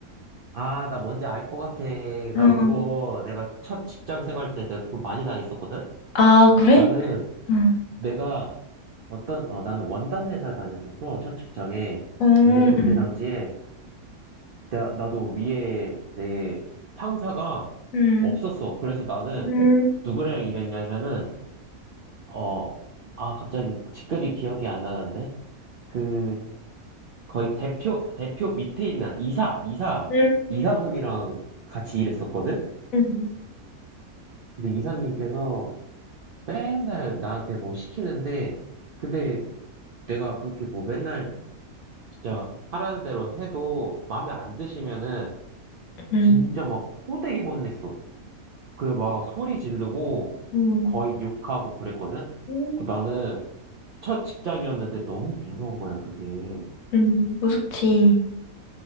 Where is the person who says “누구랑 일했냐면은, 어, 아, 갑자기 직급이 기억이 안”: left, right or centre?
Right